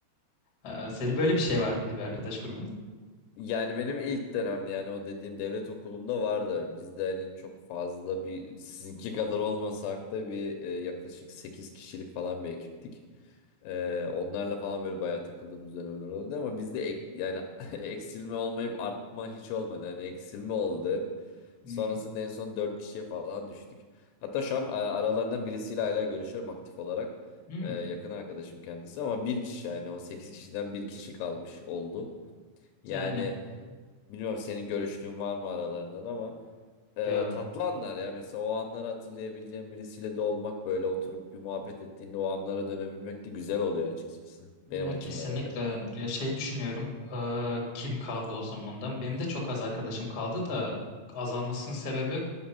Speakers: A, on the left (about 55°); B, on the left (about 80°).
A: Ee, Senin böyle bir şey var mıydı bir arkadaş grubun?
B: Yani benim ilk dönemde yani o dediğim devlet okulunda vardı. Bizde hani çok fazla bir sizinki kadar olmasak da bir e, yaklaşık 8 kişilik falan bir ekiptik. Ee, onlarla falan böyle bayağı takıldığımız dönemler oldu ama bizde ek- yani <laughs> eksilme olmayıp artma hiç olmadı. Yani eksilme oldu hep.
A: Hmm.
B: Sonrasında en son 4 kişiye falan düştük. Hatta şu an e, aralarından birisiyle hala görüşüyorum aktif olarak.
A: Hmm.
B: Ee, yakın arkadaşım kendisi ama bir kişi yani o 8 kişiden bir kişi kalmış oldu. Yani
A: Yani
B: bilmiyorum senin görüştüğün var mı aralarından ama e,
A: ya
B: tatlı anlar ya. Mesela o anları hatırlayabileceğim birisiyle de olmak böyle oturup bir muhabbet ettiğinde o anlara dönebilmek de güzel oluyor açıkçası.
A: Ya
B: Benim açımdan
A: kesinlikle
B: öyle.
A: ya şey düşünüyorum eee, kim kaldı o zamandan benim de çok az arkadaşım kaldı da azalmasının sebebi